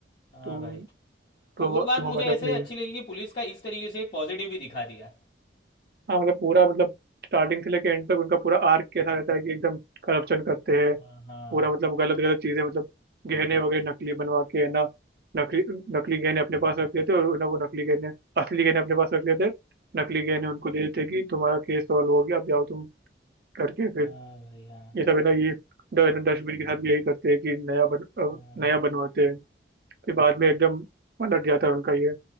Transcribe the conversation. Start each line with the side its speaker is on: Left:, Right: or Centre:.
Left: हाँ
Right: तो
Left: भाई तो
Right: तुम
Left: वो बात
Right: तुम हमारे
Left: मुझे ऐसे
Right: साथ नहीं
Left: अच्छी
Right: हो
Left: लगी कि पुलिस का इस तरीके से एक पॉजिटिव भी दिखा दिया
Right: हाँ मतलब पूरा मतलब स्टार्टिंग से लेके एंड तक उनका पूरा आर्क कैसा रहता है कि एकदम करप्शन करते हैं
Left: हाँ हाँ
Right: पूरा मतलब गलत गलत चीजें मतलब गहने वगैरह नकली बनवा के है ना नकली नकली गहने अपने पास रख लेते और ना वो नकली गहने असली गहने अपने पास रख लेते नकली गहने उनको दे देते कि तुम्हारा केस सॉल्व हो गया अब जाओ तुम करके फिर
Left: हाँ भाई हाँ
Right: ये सब है ना ये ड- डस्टबिन के साथ भी यही करते हैं कि नया बन अ,
Left: हाँ
Right: नया बनवाते हैं फिर बाद में एकदम पलट जाता है उनका ये